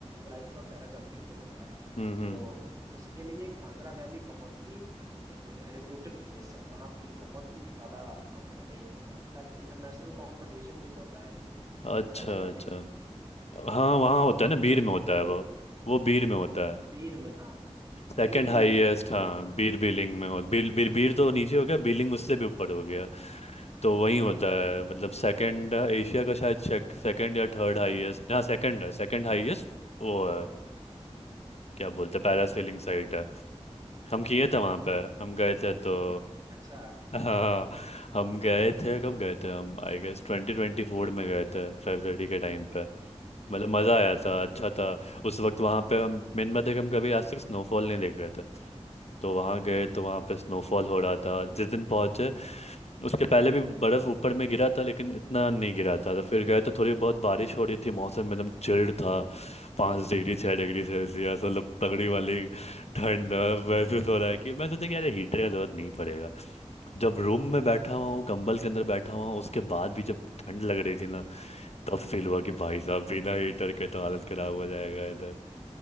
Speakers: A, on the right (about 30°); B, on the left (about 70°).
A: ग्लाइडिंग और पैरा जंपिंग जो होता है
B: हम्म हम्म,
A: तो उसके लिए कांगड़ा वैली बहुत ही एक रिप्यूटेड प्लेस है वहाँ पे बहुत ही ज्यादा मात्रा में ये होता है इनफैक्ट इंटरनेशनल कंपटीशन भी होता है ये
B: अच्छा
A: पैराग्लाइडिंग
B: अच्छा
A: का
B: हाँ वहाँ होता है ना
A: हम
B: बीर
A: कुछ दिन
B: में होता
A: पहले
B: है वो
A: ही
B: वो बीर में होता है
A: बीर में हाँ
B: सेकंड
A: बीर बिलिंग
B: हाईएस्ट
A: में बीर
B: हाँ
A: बिलिंग
B: बीर
A: में
B: बिलिंग में हो बीर बीर
A: हाँ
B: बीर तो नीचे हो गया बिलिंग
A: हाँ
B: उससे भी ऊपर हो गया तो
A: हाँ
B: वही होता है मतलब सेकंड एशिया का शायद सेकंड या थर्ड हाईएस्ट हाँ सेकंड है सेकंड हाईएस्ट वो है
A: हाँ
B: क्या बोलते हैं पैरासेलिंग
A: वही
B: साइट है हम किए थे वहाँ
A: हाँ
B: पे हम गए
A: तो
B: थे तो
A: अच्छा
B: हाँ हम गए थे कब गए थे हम आई गेस ट्वेंटी ट्वेंटी फोर में गए थे फरवरी के टाइम पे
A: हम्म
B: मतलब मज़ा आया था अच्छा
A: हाँ
B: था उस वक्त वहाँ पे हम मेन बात है कि हम कभी आज तक स्नोफॉल नहीं देख रहे थे तो वहाँ गए तो वहाँ पे स्नोफॉल हो रहा था जिस दिन पहुँचे उसके पहले भी बर्फ़ ऊपर में गिरा था लेकिन इतना नहीं गिरा था तो फिर गए तो थोड़ी बहुत बारिश हो रही थी मौसम एकदम चिल्ड था पाँच डिग्री छः डिग्री सेल्सियस मतलब तगड़ी वाली ठंड
A: हाँ
B: अ, महसूस हो रहा है कि मैं सोचा कि अरे हीटर का जरूरत नहीं पड़ेगा जब रूम में बैठा हुआ हूँ कंबल के अंदर बैठा हुआ हूँ उसके बाद भी जब ठंड लग रही थी ना तब फील हुआ कि भाई साहब बिना हीटर के तो हालत खराब हो जाएगा इधर